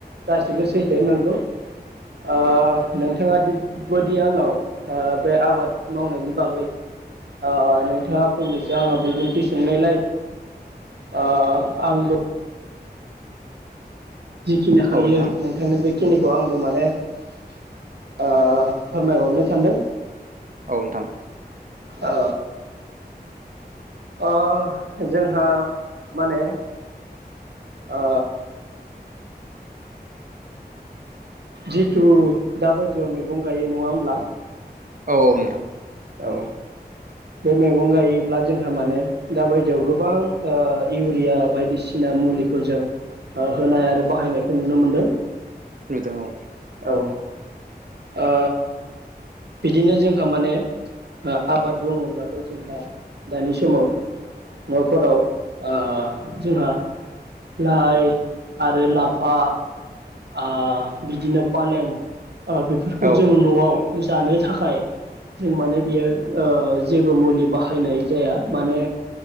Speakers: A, on the right; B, on the right.
A: गासिबो सैथो नोंगौ ओ नोंथाङा बिब बादि आंनाव ओ बे आबाद मावनायनि बागै ओ नोंथाङा फंनैसो आंनाव बिबुंथि सोंनायलाय ओ आंबो जिखिना हायो
B: औ नोंथां
A: नोंथांनो बे खिनिखौ आंबो माने ओ फोरमायहरनो सानदों।
B: औ नोंथां।
A: ओ अ जोंहा माने ओ जिथु दाबायदियाव मैगं गायो नङा होमब्ला?
B: औ औ नोंथां।
A: औ बे मैगं गायोब्ला जोंहा माने दा बायदियाव गोबां ओ इउरिया बायदिसिना मुलिखौ जों ओ होनाय आरो बाहायनायखौ नुनो मोनदों।
B: नुदों औ
A: औ ओ बिदिनो जोंहा माने ओ आबाद बुङोब्लाथ' जोंहा दानि समाव न'फोराव ओ जोंहा लाइ आरो लाफा आ बिदिनो पालें ओ बेफोरखौ
B: औ
A: जों न'आव ओ जानो थाखाय जों माने बेयो ओ जेबो मुलि बाहायनाय जाया माने